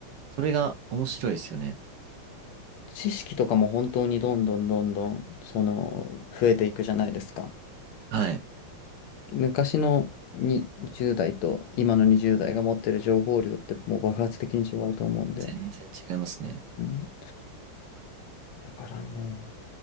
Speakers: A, on the right (about 65°); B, on the left (about 85°).
A: それが面白いですよね。
B: 知識とかも本当にどんどんどんどん、その、増えていくじゃないですか。
A: はい。うん、
B: 昔のに0代と今の20代が持ってる情報量ってもう爆発的に違うと思うんで。
A: 全然違いますね。
B: うんだからも